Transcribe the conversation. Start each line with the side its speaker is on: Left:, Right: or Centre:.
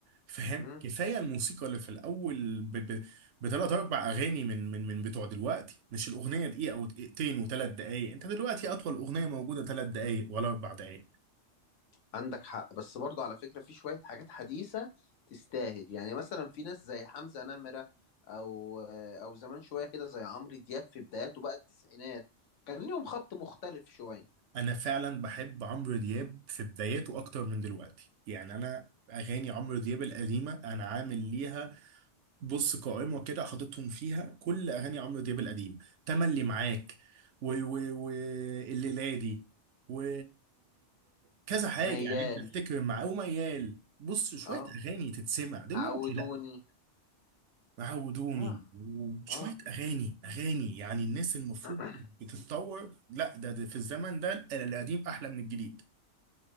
Right: فاهم
Left: مم.
Right: كفايه الموسيقى اللي في الاول ب... ب... بثلاث اربع اغاني من من من بتوع دلوقتي مش الاغنيه دقيقه او دقيقتين وثلاث دقائق انت دلوقتي اطول اغنيه موجوده ثلاث دقائق ولا اربع دقائق
Left: عندك حق بس برضه على فكرة في شوية حاجات حديثة تستاهل يعني مثلا في ناس زي حمزة نمرة أو أو زمان شوية كده زي عمرو دياب في بداياته بقى التسعينات كان ليهم خط مختلف شوية
Right: انا فعلا بحب عمرو دياب في بداياته اكتر من دلوقتي يعني انا اغاني عمرو دياب القديمه انا عامل ليها بص قائمة كده حاططهم فيها كل أغاني عمرو دياب القديم تملي معاك و و و الليلادي و كذا حاجة
Left: ميال
Right: يعني أنت تفتكر مع وميال بص شوية
Left: اه
Right: أغاني تتسمع دلوقتي
Left: عودوني
Right: لأ عودوني
Left: اه
Right: وشوية
Left: اه
Right: أغاني أغاني يعني الناس المفروض
Left: <clears throat>
Right: بتتطور لأ ده, ده في الزمن ده القديم أحلى من الجديد